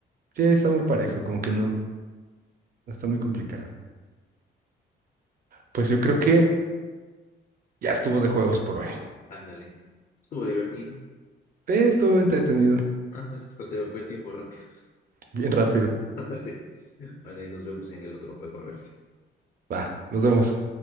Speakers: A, on the right; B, on the left.
A: Sí, está muy parejo, como que no, no está muy complicado. Pues yo creo que ya estuvo de juegos por hoy.
B: Ándale. Estuvo divertido.
A: Sí, estuvo entretenido.
B: Ándale, hasta se me fue el tiempo rápido.
A: Bien rápido.
B: <laughs> Ándale. Bueno, y nos vemos en el otro juego, a ver.
A: Va, nos vemos.